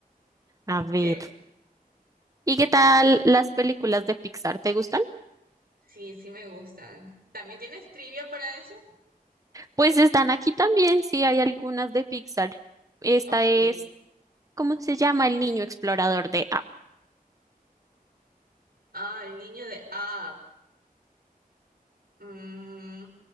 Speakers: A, on the right; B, on the right.
A: A
B: Ok.
A: ver. ¿Y qué tal las películas de Pixar? ¿Te gustan?
B: Sí, sí me gustan. ¿También tienes trivia para eso?
A: Pues están aquí también, sí, hay algunas de Pixar. Esta
B: Ok.
A: es, ¿cómo se llama? El niño explorador de App.
B: Ah, el niño de Up. Mm,